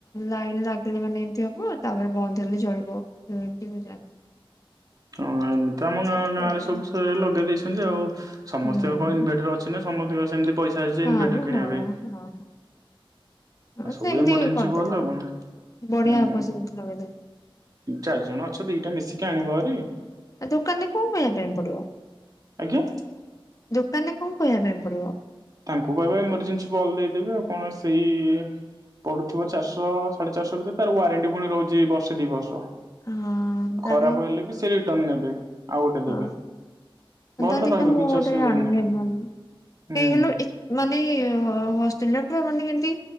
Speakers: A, on the left; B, on the right.
A: ଲାଇନ୍ ଲାଗିଲେ ମାନେ ଏମିତି ହବ। ତାପରେ ବନ୍ଦ ହେଲେ ଜଳିବ ଏ ଏମତି ମୁଁ ଜାଣିନି।
B: ହଁ ଏମିତି ଆମ ଗାଁ
A: ସେମିତି
B: ଗାଁରେ
A: କରିଦେଲେ
B: ସବୁ ସେରା ଲଗେଇ ଦେଇଛନ୍ତି ଆଉ ସମସ୍ତଙ୍କର
A: ହୁଁ।
B: କଣ ଇନଭେଟର ଅଛି? ନା ସମସ୍ତଙ୍କ ସେମିତି ପଇସା ଆସିଛି
A: ହଁ
B: ଇନଭେଟର
A: ମ
B: କିଣିବା
A: ହଁ
B: ପାଇଁ।
A: ହଁ ହଁ
B: ଆଉ ସବୁ
A: ସେମିତି
B: ଏମର୍ଜେସି
A: କରିଦେଲେ
B: ବଲ
A: ହବ।
B: ଆଉ କଣ
A: ବଢିଆ
B: ହୁଁ?
A: ହବ ସେମିତି ଲଗେଇଦେଲେ
B: ଚାରି ଜଣ ଅଛ ଦିଟା ମିଶିକି ଆଣିବ ହେରୀ।
A: ଆ ଦୋକାନରେ କଣ କହିବା ପାଇଁ ପଡିବ?
B: ଆଜ୍ଞା
A: ଦୋକାନରେ କଣ କହିବା ପାଇଁ ପଡିବ?
B: ତାଙ୍କୁ କହିବ ଏମର୍ଜେନ୍ସି ବଲ୍ ଦେଇଦେବେ ଆଉ କଣ? ସେଇ ପଡୁଥିବ ଚାରିଶ ସାଢ଼େ ଚାରିଶ ଭିତରେ ତାର ୱାରେଣ୍ଟି ପୁଣି ରହୁଛି ବର୍ଷେ ଦି ବର୍ଷ।
A: ହଁ ତାଲେ
B: ଖରାପ ହେଲେ ବି ସେ ରିଟର୍ଣ ନେବେ ଆଉ ଗୋଟେ ଦେବେ
A: ହଁ
B: ଭଲ
A: ତା ହେଲେ ଦେଖିବା
B: ରହିବ
A: ମୁଁ
B: କିଛି
A: ଗୋଟେ
B: ଅସୁବିଧା
A: ଆଣିବି
B: ନାହିଁ।
A: ହେରୀ ନ ହେଲେ
B: ହୁଁ
A: କାହିଁ କହିଲୁ ଏ ମାନେ ହଷ୍ଟେଲରେ ପୁରା ମାନେ କେମିତି